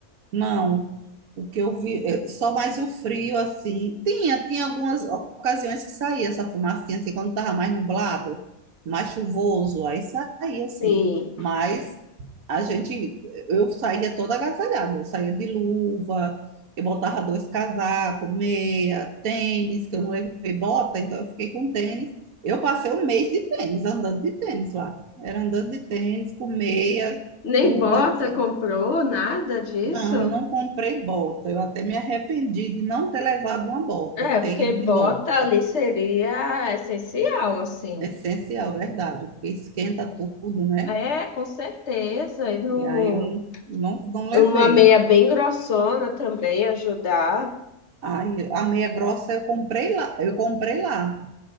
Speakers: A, on the right; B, on the left.
A: Não, o que eu vi, é, só mais o frio, assim. Tinha, tinha algumas ocasiões que saía essa fumacinha, assim, quando estava mais nublado, mais chuvoso, aí saía, assim.
B: Sim,
A: Mas a gente, eu saía toda agasalhada, eu saía de luva, eu botava dois casacos, meia, tênis, que eu não levei bota, então eu fiquei com tênis. Eu passei um mês de tênis, andando de tênis lá. Era andando de tênis, com meia,
B: nem
A: tudo
B: bota
A: era assim.
B: comprou, nada disso?
A: Não, eu não comprei bota. Eu até me arrependi de não ter levado uma bota,
B: É,
A: ter
B: porque
A: ido
B: bota
A: de bota.
B: ali seria essencial, assim.
A: É Essencial, verdade, porque esquenta tudo, né?
B: É, com certeza. E no,
A: E aí eu não, não não levei.
B: uma meia bem grossona também ajudar.
A: Aí a meia grossa eu comprei lá, eu comprei lá.